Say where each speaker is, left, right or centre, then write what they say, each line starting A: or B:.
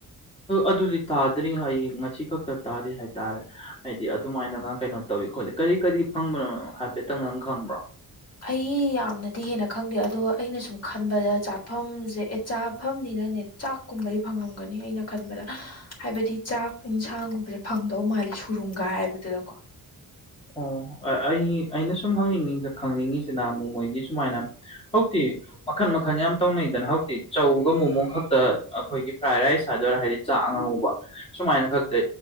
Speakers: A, on the left (about 15°); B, on the left (about 45°).
A: ꯑꯗꯨꯗꯤ ꯇꯥꯗ꯭ꯔꯤ ꯑꯩ ꯉꯁꯤ ꯈꯛꯇ ꯇꯥꯔꯤ ꯍꯥꯏꯇꯥꯔꯦ ꯍꯥꯏꯗꯤ ꯑꯗꯨꯃꯥꯏꯅꯒ ꯀꯩꯅꯣ ꯇꯧꯋꯤ ꯈꯣꯠꯂꯤ ꯀꯔꯤ ꯀꯔꯤ ꯐꯪꯕꯅꯣ ꯍꯥꯏꯐꯦꯠꯇꯪ ꯅꯪ ꯈꯪꯕ꯭ꯔꯣ
B: <unintelligible> ꯑꯩ ꯌꯥꯝꯅꯗꯤ ꯍꯦꯟꯅ ꯈꯪꯗꯦ ꯑꯗꯣ ꯑꯩꯅ ꯁꯨꯝ ꯈꯟꯕꯗ ꯆꯥꯐꯝꯁꯦ ꯑꯦ ꯆꯥꯐꯝꯅꯤꯅꯅꯦ ꯆꯥꯛꯀꯨꯝꯕꯗꯤ ꯐꯪꯉꯝꯒꯅꯤ ꯑꯩꯅ ꯈꯟꯕꯗ ꯍꯥꯏꯕꯗꯤ ꯆꯥꯛ ꯏꯟꯁꯥꯡꯒꯨꯝꯕꯁꯦ ꯐꯪꯗꯧ ꯃꯥꯜꯂꯦ ꯁꯨꯔꯨꯝꯒ ꯍꯥꯏꯕꯗꯨꯗꯀꯣ
A: ꯑꯣ ꯑꯩ ꯑꯩꯅ ꯁꯨꯈꯪꯅꯤꯡ ꯈꯪꯅꯤꯡꯉꯤꯁꯤꯅ ꯃꯣꯃꯣꯏꯒꯤ ꯁꯨꯃꯥꯏꯅ ꯍꯧꯖꯤꯛꯇꯤ ꯃꯈꯟ ꯃꯈꯟ ꯌꯥꯝ ꯇꯧꯅꯩꯗꯅ ꯍꯧꯖꯤꯛꯇꯤ ꯆꯧꯒ ꯃꯣꯃꯣ ꯈꯛꯇ ꯑꯩꯈꯣꯏꯒꯤ ꯐ꯭ꯔꯥꯏ ꯔꯥꯏꯁ ꯍꯥꯏꯗꯣꯏꯔꯥ ꯍꯥꯏꯗꯤ ꯆꯥꯛ ꯑꯉꯧꯕ ꯁꯨꯃꯥꯏꯅ ꯈꯛꯇ